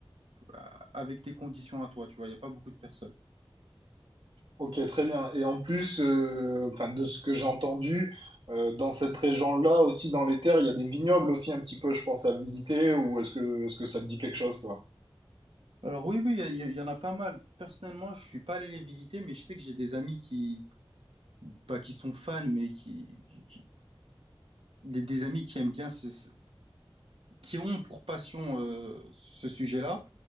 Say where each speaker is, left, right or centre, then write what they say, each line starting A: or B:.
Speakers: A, on the right; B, on the right.
A: euh, avec tes conditions à toi, tu vois. Il n'y a pas beaucoup de personnes.
B: Ok, très bien. Et en plus, euh, enfin, de ce que j'ai entendu, euh, dans cette région-là aussi, dans les terres, il y a des vignobles aussi un petit peu, je pense, à visiter. Ou est-ce que, est-ce que ça te dit quelque chose, toi?
A: Alors oui, oui, il y, a- il y en a pas mal. Personnellement, je suis pas allé les visiter, mais je sais que j'ai des amis qui, pas qui sont fans, mais qui, qui, des, des amis qui aiment bien, ces- ces- qui ont pour passion euh, ce sujet-là,